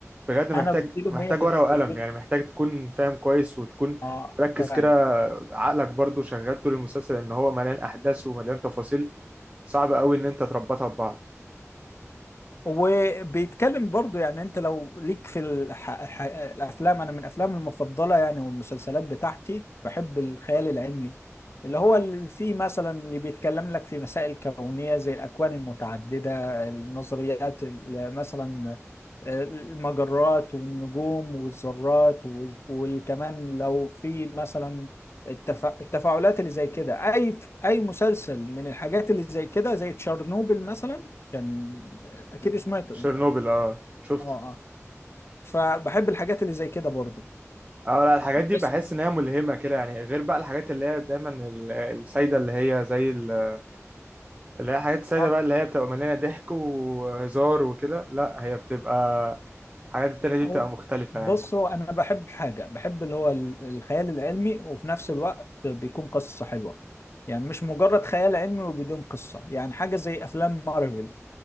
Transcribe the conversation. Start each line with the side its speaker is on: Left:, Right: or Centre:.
Right: بجد محتاج
Left: انا بديله
Right: محتاج
Left: 100 في
Right: ورقة وقلم
Left: الدف
Right: يعني محتاج تكون فاهم كويس وتكون
Left: اه
Right: مركز
Left: فعلا
Right: كده عقلك برضو شغال طول المسلسل ان هو مليان احداث ومليان تفاصيل صعب قوي ان انت تربطها ببعض
Left: وبيتكلم برضو يعني انت لو ليك في الح... الح... الافلام انا من افلامي المفضله يعني والمسلسلات بتاعتي بحب الخيال العلمي اللي هو اللي فيه مثلا اللي بيتكلم لك في مسائل كونيه زي الاكوان المتعدده النظريات ال- مثلا آه، المجرات والنجوم والذرات و- وكمان لو في مثلا التف... التفاعلات اللي زي كده اي اي مسلسل من الحاجات اللي زي كده زي تشارنوبل مثلا كان اكيد سمعته
Right: شيرنوبل
Left: انت
Right: اه شفته
Left: اه اه فبحب الحاجات اللي زي كده برضو
Right: اه لا الحاجات دي
Left: بس
Right: بحس ان هي ملهمة كده يعني غير بقى الحاجات اللي هي دايما ال- السايدة اللي هي زي ال- اللي هي حاجات السايدة
Left: اه
Right: بقى اللي هي بتبقى مليانة ضحك وهزار وكده لا هي بتبقى الحاجات التانية دي
Left: هو
Right: بتبقى مختلفة
Left: بص
Right: يعني
Left: هو انا بحب حاجه بحب اللي هو ال- الخيال العلمي وفي نفس الوقت بيكون قصه حلوه يعني مش مجرد خيال علمي وبدون قصه يعني حاجه زي افلام مارفل